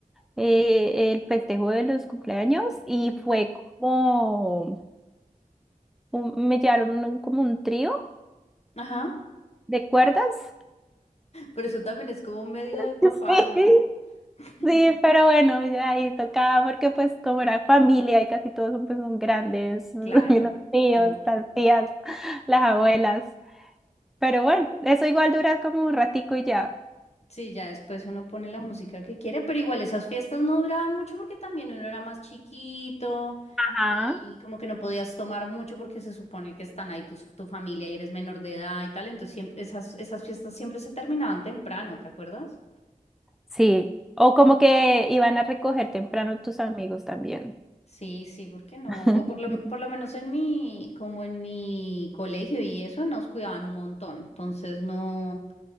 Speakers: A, in the centre; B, on the left.
A: eh, el festejo de los cumpleaños y
B: ver. Ujú.
A: fue como, un- me llevaron un- como un trío
B: Ajá,
A: de cuerdas
B: pero eso también es como medio de
A: <laughs>
B: papá,
A: Sí,
B: ¿no? <laughs>
A: sí, pero bueno, ya ahí tocaba porque pues como era familia y casi todos son, pues, son grandes, <laughs> los
B: Claro.
A: tíos,
B: Mm.
A: las tías, <laughs> las abuelas, pero bueno, eso igual dura como un ratico y ya.
B: Sí, ya después uno pone la música que quiere, pero igual esas fiestas no duraban mucho porque también uno era más chiquito
A: Ajá.
B: y como que no podías tomar mucho porque se supone que están ahí tus, tu familia y eres menor de edad y tal, entonces siempre, esas, esas fiestas siempre se terminaban temprano, ¿te acuerdas?
A: Sí, o como que iban a recoger temprano tus amigos también.
B: Sí, sí, ¿por qué no?
A: <laughs>
B: O por lo, por lo menos en mi, como en mi colegio y eso, nos cuidaban un montón. Entonces no,